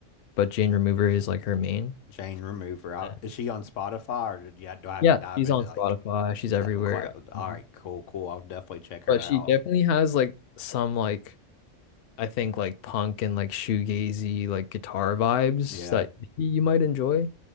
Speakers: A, on the left; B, on the left.
A: but Jane Remover is like her main.
B: Jane Remover. I,
A: And
B: is she on Spotify or did you, do I have
A: yeah,
B: to dive
A: she's
B: into
A: on
B: like
A: Spotify, she's everywhere.
B: that on cloud? All
A: Um,
B: right, cool, cool. I'll definitely check her
A: But
B: out.
A: she definitely has like some like I think like punk and like shoegazy like guitar vibes
B: Yeah.
A: that maybe you might enjoy